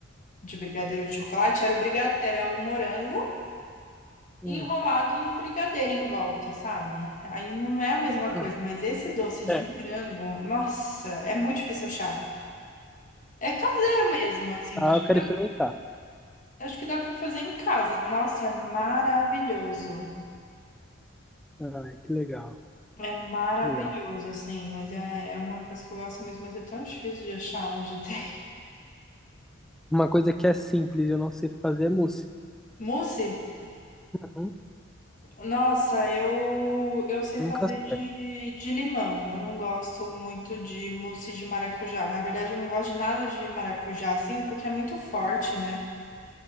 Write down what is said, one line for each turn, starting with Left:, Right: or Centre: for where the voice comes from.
Left: de brigadeiro de chocolate era o, briga, era o morango
Centre: Hum.
Left: enrolado no brigadeiro em volta, sabe? Aí não é a mesma coisa,
Centre: Ah,
Left: mas esse doce de
Centre: é.
Left: morango, nossa, é muito difícil achar. É caseiro mesmo, assim,
Centre: Ah,
Left: acho
Centre: eu
Left: que
Centre: quero
Left: dá,
Centre: experimentar.
Left: acho que dá pra fazer em casa. Nossa, é maravilhoso.
Centre: Ai, que legal,
Left: É maravilhoso,
Centre: que legal.
Left: assim, mas é, é uma coisa que eu gosto muito, mas é tão difícil de achar onde <laughs> tem.
Centre: Uma coisa que é simples, eu não sei fazer é mousse.
Left: Mousse?
Centre: Uhum.
Left: Nossa, eu, eu sei
Centre: Nunca
Left: fazer
Centre: acerto.
Left: de, de limão. Eu não gosto muito de mousse de maracujá. Na verdade, eu não gosto de nada de maracujá, assim, porque é muito forte, né?